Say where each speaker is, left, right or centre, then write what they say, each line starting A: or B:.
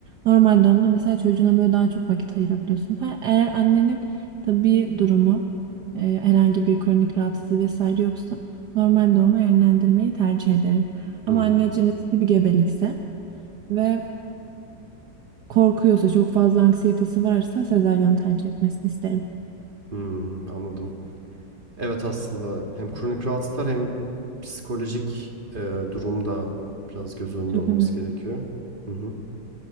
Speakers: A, on the right; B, on the right.
A: Normal doğumda mesela çocuğuna böyle daha çok vakit ayırabiliyorsun. Ha, Eğer annenin tabii durumu e, herhangi bir kronik rahatsızlığı vesaire yoksa Normal doğuma yönlendirmeyi tercih ederim. Ama
B: Hı hı.
A: anneciğim riskli bir gebelikse ve korkuyorsa, çok fazla anksiyetesi varsa sezaryonu tercih etmesini isterim.
B: Hı, anladım. Evet aslında hem kronik rahatsızlıklar hem psikolojik e, durumda biraz göz önüne
A: Çok
B: alınması
A: önemli.
B: gerekiyor. Hı hı.